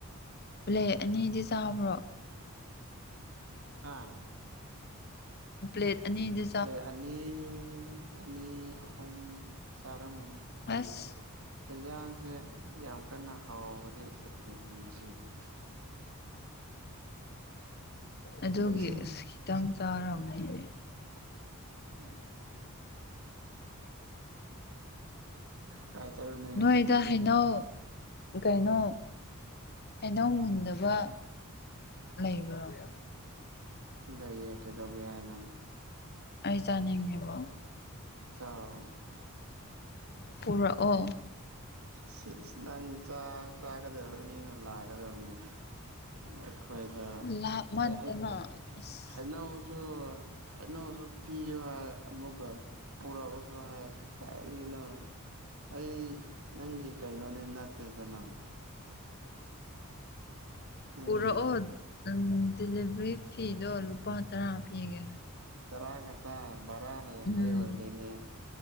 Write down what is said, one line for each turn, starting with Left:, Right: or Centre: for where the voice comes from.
Left: ꯄ꯭ꯂꯦꯠ ꯑꯅꯤꯗꯤ ꯆꯥꯕ꯭ꯔꯣ
Right: ꯍꯥ
Left: ꯄ꯭ꯂꯦꯠ ꯑꯅꯤꯗꯨ
Right: ꯄ꯭ꯂꯦꯠ ꯑꯅꯤ ꯑꯅꯤ ꯑꯍꯨꯝ ꯆꯥꯔꯝꯒꯅꯤ
Left: ꯑꯁ
Right: ꯏꯟꯖꯥꯡꯁꯦ ꯌꯥꯝ ꯀꯟꯅ ꯍꯥꯎꯕꯗꯤ ꯑꯣꯏꯗꯦꯕ ꯉꯁꯤꯗꯤ <unintelligible>
Left: ꯑꯗꯨꯒꯤ
Right: ꯑꯗꯒꯤ
Left: ꯑꯁ ꯈꯤꯇꯪ ꯆꯥꯔꯝꯅꯤꯅꯦ
Right: ꯎꯝ
Left: <unintelligible>
Right: ꯀꯥꯏ ꯆꯠꯂꯨꯅꯤ ꯉꯁꯤꯗꯤ
Left: ꯅꯣꯏꯗ ꯍꯩꯅꯧ ꯀꯩꯅꯣ ꯍꯩꯅꯧ ꯃꯨꯟꯗꯕ ꯂꯩꯕ꯭ꯔꯣ
Right: ꯂꯩꯌꯦ ꯀꯩꯗꯧꯒꯦ ꯍꯥꯏꯅꯣ
Left: ꯑꯩ ꯆꯥꯅꯤꯡꯉꯦꯕ
Right: ꯆꯥꯎ
Left: ꯄꯨꯔꯛꯑꯣ
Right: ꯁꯦꯁ ꯅꯪ ꯆꯥ ꯆꯥꯒꯗꯕ ꯃꯤꯅ ꯂꯥꯛꯒꯗꯕꯅꯦ ꯑꯩꯈꯣꯏꯗ
Left: ꯂꯥꯞꯃꯟꯗꯅ
Right: ꯍꯦꯛ ꯍꯩ
Left: ꯑꯁ
Right: ꯍꯩꯅꯧꯁꯨ ꯍꯩꯅꯧꯁꯨ ꯄꯤꯌꯨ ꯍꯥꯏ ꯑꯃꯨꯛꯀ ꯄꯨꯔꯛꯎꯁꯨ ꯍꯥꯏ ꯀꯔꯤꯅꯣ ꯑꯩ ꯅꯪꯒꯤ ꯀꯩꯅꯣꯅꯤ ꯅꯠꯇꯦꯗꯅ ꯅꯪꯒꯤ
Left: ꯄꯨꯔꯛꯑꯣ ꯗꯦꯂꯤꯚꯔꯤ ꯐꯤꯗꯣ ꯂꯨꯄꯥ ꯇꯔꯥ ꯄꯤꯒꯦ
Right: ꯇꯔꯥ ꯈꯛꯇ ꯕꯔꯥꯅ ꯌꯥꯡꯈꯩ
Left: ꯎꯝ
Right: ꯑꯣꯏꯗꯣꯏꯅꯦ